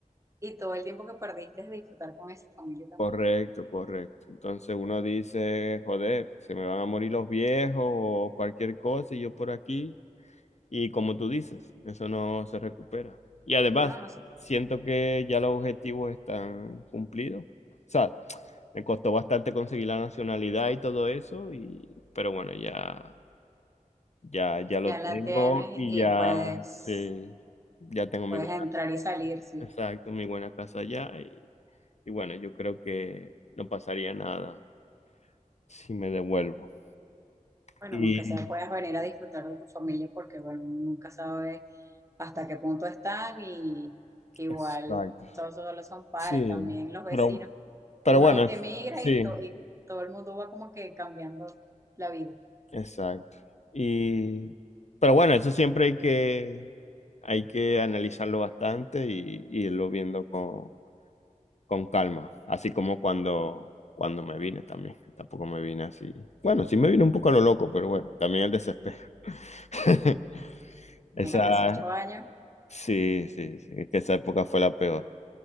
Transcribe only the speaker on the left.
Correcto, correcto. Entonces uno dice, joder, se me van a morir los viejos o cualquier cosa y yo por aquí. Y como tú dices, eso no se recupera. Y además,
siento que ya los objetivos están cumplidos. O sea, me costó bastante conseguir la nacionalidad y todo eso, y, pero bueno, ya, ya, ya lo
tengo
y
ya,
sí, ya tengo mi
buena,
exacto, mi buena casa allá y, y bueno, yo creo que no pasaría nada si me devuelvo.
Y
exacto.
Sí,
pero, pero
bueno, es-
sí,
exacto. Y pero bueno, eso siempre hay que hay que analizarlo bastante y, y irlo viendo con, con calma, así como cuando cuando me vine también. Tampoco me vine así. Bueno, sí me vine un poco a lo loco, pero bueno, también el desespero. <laughs> Esa
sí, sí, sí, es que esa época fue la peor.